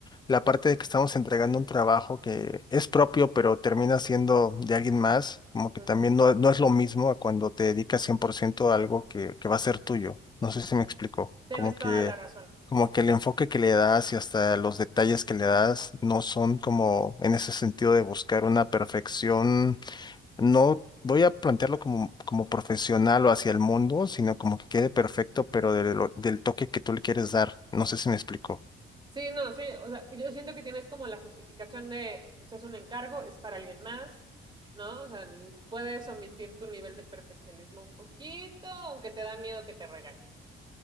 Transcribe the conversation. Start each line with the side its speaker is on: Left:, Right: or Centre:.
Left: la parte de que estamos entregando un trabajo que es propio, pero termina siendo de alguien más, como que
Right: Ajá.
Left: también no, no es lo mismo a cuando te dedicas 100% a algo que, que va a ser tuyo. No sé si me explico,
Right: Tienes
Left: como que,
Right: toda la razón.
Left: como que el enfoque que le das y hasta los detalles que le das no son como en ese sentido de buscar una perfección no voy a plantearlo como, como profesional o hacia el mundo, sino como que quede perfecto, pero de lo- del toque que tú le quieres dar. No sé si me explico.
Right: Sí, no, sí, o sea, yo siento que tienes como la justificación de, pues es un encargo, es para alguien más, ¿no? O sea, puedes omitir tu nivel de perfeccionismo un poquito, aunque te da miedo que te regañen.